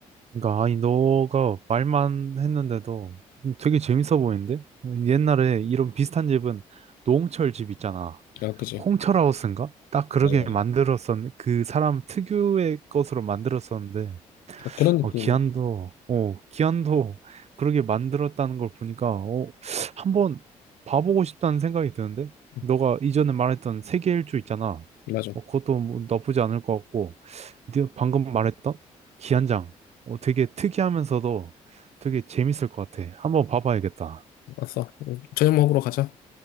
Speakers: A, on the right; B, on the left.
A: 그러니까 아니 너가 말만 했는데도 되게 재밌어 보이는데? 옛날에 이런 비슷한 집은 노홍철 집 있잖아.
B: 아, 그지?
A: 홍철하우스인가? 딱 그러게
B: 맞아 맞아.
A: 만들었었, 그 사람 특유의 것으로 만들었었는데,
B: 딱 그런 느낌이야.
A: 어, 기안도, 어, 기안도 <laughs> 그렇게 만들었다는 걸 보니까, 어, 한번 봐보고 싶다는 생각이 드는데?
B: 응,
A: 너가 이전에 말했던 세계 일주 있잖아.
B: 맞아.
A: 어, 그것도 뭐 나쁘지 않을 것 같고, 네가 방금 말했던 기안장, 어, 되게 특이하면서도 되게 재밌을 것 같아. 한번 봐봐야겠다.
B: 왔어. 응, 저녁 먹으러 가자.